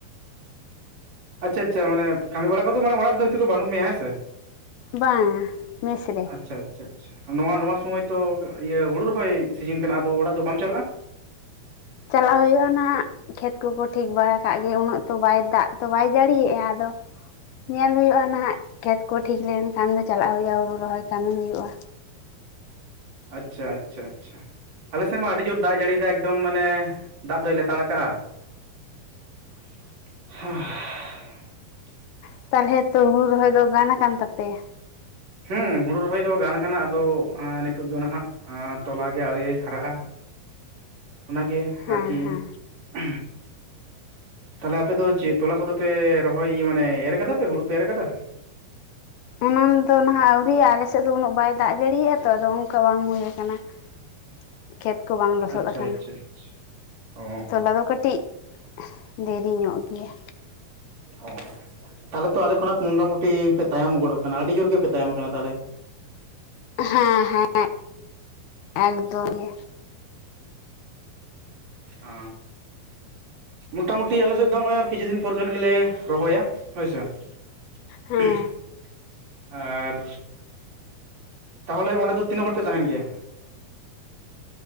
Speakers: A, on the right; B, on the left.
A: ᱟᱪᱪᱷᱟ ᱟᱪᱪᱷᱟ, ᱢᱟᱱᱮ ᱠᱟᱹᱢᱤ ᱵᱟᱲᱟ ᱠᱚᱫᱚ ᱚᱲᱟᱜ ᱨᱮᱫᱚ ᱱᱤᱛᱚᱜ ᱫᱚ ᱵᱟᱹᱱᱩᱜ ᱢᱮᱭᱟ ᱦᱮᱸ ᱥᱮ?
B: ᱵᱟᱝ ᱢᱮᱥ ᱨᱮ
A: ᱟᱪᱪᱷᱟ ᱟᱪᱪᱷᱟ ᱟᱪᱷᱟ ᱱᱚᱣᱟ ᱥᱩᱢᱚᱭ ᱛᱚ ᱤᱭᱟᱹ ᱦᱩᱲᱩ ᱨᱚᱦᱚᱭ ᱥᱤᱡᱤᱱ ᱠᱟᱱᱟ ᱟᱫᱚ ᱚᱲᱟᱜ ᱫᱚ ᱵᱟᱢ ᱪᱟᱞᱟᱜᱼᱟ
B: ᱪᱟᱞᱟᱜ ᱦᱩᱭᱩᱜᱼᱟ ᱱᱟᱦᱟᱜ ᱠᱷᱮᱛ ᱠᱚ ᱠᱚ ᱴᱷᱤᱠ ᱵᱟᱲᱟ ᱠᱟᱜ ᱜᱮ ᱩᱱᱟᱹᱜ ᱛᱚ ᱵᱟᱭ ᱫᱟᱜ ᱛᱚ ᱵᱟᱭ ᱡᱟᱹᱲᱤᱭᱮᱜᱼᱟ ᱟᱫᱚ ᱧᱮᱞ ᱦᱩᱭᱩᱜᱼᱟ ᱱᱟᱦᱟᱜ ᱠᱷᱮᱛ ᱠᱚ ᱴᱷᱤᱠ ᱞᱮᱱ ᱠᱷᱟᱱ ᱫᱚ ᱪᱟᱞᱟᱜ ᱦᱩᱭᱩᱜᱼᱟ ᱦᱩᱲᱩ ᱨᱚᱦᱚᱭ ᱠᱟᱹᱢᱤ ᱦᱩᱭᱩᱜᱼᱟ
A: ᱟᱪᱪᱷᱟ ᱟᱪᱪᱷᱟ ᱟᱪᱪᱷᱟ ᱟᱞᱮ ᱥᱮᱫ ᱢᱟ ᱟᱹᱰᱤ ᱡᱳᱨ ᱫᱟᱜ ᱮ ᱡᱟᱹᱲᱤᱭᱮᱫᱟ ᱮᱠᱫᱚᱢ ᱢᱟᱱᱮ ᱫᱟᱜ ᱫᱚᱭ ᱞᱮᱛᱟᱲ ᱠᱟᱜᱼᱟ <unintelligible> ᱦᱮᱸ
B: <unintelligible> ᱛᱟᱦᱚᱞᱮ ᱛᱚ ᱦᱩᱲᱩ ᱨᱚᱦᱚᱭ ᱫᱚ ᱜᱟᱱ ᱟᱠᱟᱱ ᱛᱟᱯᱮᱭᱟ ᱾
A: ᱦᱩᱸ ᱦᱩᱲᱩ ᱨᱚᱦᱚᱭ ᱫᱚ ᱜᱟᱱ ᱠᱟᱱᱟ ᱟᱫᱚ ᱱᱤᱛᱳᱜ ᱫᱚ ᱱᱟᱦᱟᱜ ᱛᱚᱞᱟ ᱜᱮ ᱟᱹᱣᱨᱤ ᱦᱟᱨᱟᱜᱼᱟ ᱚᱱᱟ ᱜᱮ
B: ᱦᱮᱸ
A: ᱟᱨᱠᱤ
B: ᱦᱮᱸ
A: <inaudible> ᱦ ᱛᱟᱦᱚᱞᱮ ᱟᱯᱮ ᱫᱚ ᱪᱮᱫ ᱛᱚᱞᱟ ᱠᱚᱫᱚ ᱯᱮ ᱨᱚᱦᱚᱭᱤᱭᱟᱹ ᱢᱟᱱᱮ ᱮᱨ ᱠᱟᱫᱟ ᱯᱮ ᱦᱩᱲᱩ ᱯᱮ ᱮᱨ ᱠᱟᱫᱟ ᱾
B: ᱚᱱᱟᱹᱱ ᱫᱚ ᱱᱟᱦᱟᱜ ᱟᱹᱣᱨᱤᱭᱜᱼᱟ ᱟᱞᱮ ᱥᱮᱫ ᱫᱚ ᱩᱱᱟᱹᱜ ᱵᱟᱭ ᱫᱟᱜ ᱡᱟᱹᱲᱤᱭᱟᱜᱼᱟ ᱛᱚ ᱟᱫᱚ ᱚᱱᱠᱟ ᱵᱟᱝ ᱦᱩᱭ ᱠᱟᱱᱟ ᱾ ᱠᱷᱮᱛ ᱠᱚ ᱵᱟᱝ ᱞᱚᱥᱚᱫ
A: ᱟᱪᱪᱷᱟ
B: ᱟᱠᱟᱱᱟ
A: ᱟᱪᱪᱷᱟ ᱚ
B: ᱛᱚᱞᱟ ᱫᱚ ᱠᱟᱹᱴᱤᱡ ᱫᱮᱨᱤ ᱧᱚᱜ ᱜᱮᱭᱟ
A: ᱚ ᱛᱟᱦᱚᱞᱮ ᱛᱚ ᱟᱞᱮ ᱠᱷᱚᱱᱟᱜ ᱢᱚᱴᱟᱢᱩᱴᱤ ᱯᱮ ᱛᱟᱭᱚᱢ ᱜᱚᱱ ᱠᱟᱱᱟ ᱟᱹᱰᱤ ᱡᱳᱨ ᱜᱮᱯᱮ ᱛᱟᱭᱚᱢ ᱠᱟᱱᱟ ᱛᱟᱦᱚᱞᱮ
B: ᱦᱮᱸ ᱦᱮᱸ ᱮᱠᱫᱚᱢ ᱜᱮ
A: ᱚ ᱢᱚᱴᱟᱢᱩᱴᱤ ᱟᱞᱮ ᱥᱮᱫ ᱫᱚ ᱱᱚᱜᱼᱚᱭ ᱟᱨ ᱠᱤᱪᱷᱩ ᱫᱤᱱ ᱯᱚᱨ ᱠᱷᱟᱱ ᱜᱮᱞᱮ ᱨᱚᱦᱚᱭᱟ ᱦᱳᱭ ᱥᱮ <unintelligible>
B: ᱦᱮᱸ
A: ᱟᱨ ᱛᱟᱦᱚᱞᱮ ᱚᱸᱰᱮ ᱫᱚ ᱛᱤᱱᱟᱹᱜ ᱦᱚᱲ ᱯᱮ ᱛᱟᱦᱮᱸᱱ ᱜᱮᱭᱟ